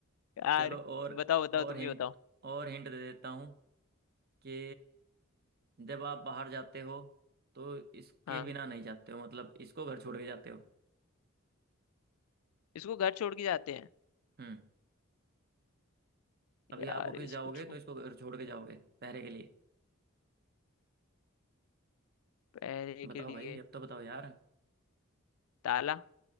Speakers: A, on the left (about 80°); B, on the right (about 45°).
A: यार
B: चलो और
A: बताओ बताओ
B: और
A: तुम
B: हिंट
A: ही बताओ
B: और हिंट दे देता हूँ कि जब आप बाहर जाते हो तो इसके
A: हाँ
B: बिना नहीं जाते हो मतलब इसको घर छोड़ के जाते हो
A: इसको घर छोड़ के जाते हैं
B: हम्म अभी
A: यार
B: आप ऑफिस
A: इसको
B: जाओगे
A: छू
B: तो इसको घर छोड़ के जाओगे पहरे के लिए
A: पहरे
B: बताओ
A: के लिए
B: भाई अब तो बताओ यार
A: ताला